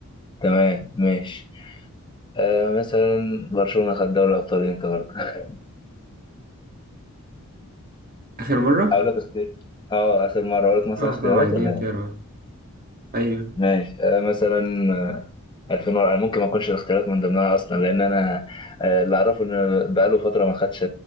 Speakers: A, on the left (about 20°); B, on the right (about 40°).
A: تمام ماشي آه، مثلا برشلونه خد دوري الابطال امتى برضه <laughs>
B: آخر مرة
A: اقول لك اختيار اه اخر مره اقول لك مثلا
B: اه
A: اختيارات
B: طبعا دي
A: ولا
B: اختيارات
A: إيه؟
B: ايوه
A: ماشي آه، مثلا آه، 2000 ورقة ممكن ما اكونش الاختيارات من ضمنها اصلا لان انا آه، اللي اعرفه ان بقاله فترة ما خدش